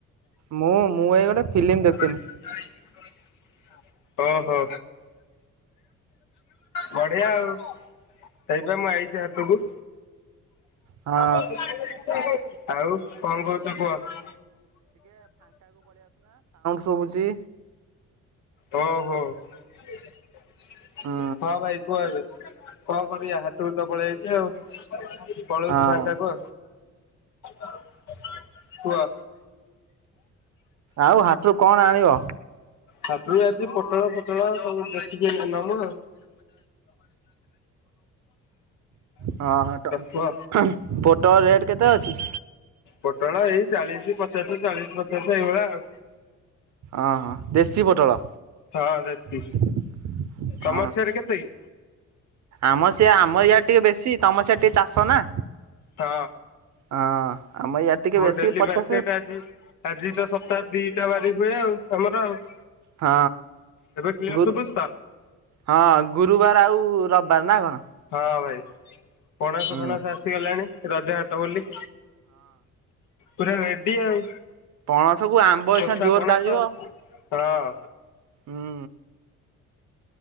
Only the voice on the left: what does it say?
<inaudible> ଓହୋ ବଢିଆ ଆଉ। ହେଇପା ମୁଁ ଆଇଛି ହାଟକୁ।
<inaudible> ଆଉ କଣ କରୁଛ କୁହ।
ଓ ହୋ। ହଁ
ଭାଇ କୁହ ଏବେ। କଣ କରିବା ହାଟକୁ ତ ପଳେଇ ଆଇଛି ଆଉ। ପଳଉଛି
ଫାଙ୍କାକୁ। <inaudible> କୁହ।
ହାଟରୁ ଆଜିି ପୋଟଳ ପୋଟଳ ସବୁ ଦେଖିକି ନାମ
କୁହ?
ପଟଳ ଏଇ ଚାଳିଶ ପଚାଶ ଚାଳିଶ ପଚାଶ ଏଇଭଳିଆ ଆଉ।
ହଁ ଦେଶୀ
ତମର
ସିଆଡେ କେତେ କି?
ହଁ
ଆମ
ଡେଲି
ମାର୍କେଟ ଆଛି ଆଜି ତ ସପ୍ତାହ ଦିଟା ବାରି ହୁଏ ଆଉ ଆମର ଆଉ।
ଏବେ କ୍ଲିୟର
ଶୁଭୁଛି ତ?
ହଁ। ହଁ ଭାଇ। ପଣସ
ଫଣାସ ଆସିଗଲାଣି। ରଜହାଟ ବୋଲି। ପୁରା ରେଡି ଆଉ।
ଖୋସା
ପଣସ
ହଁ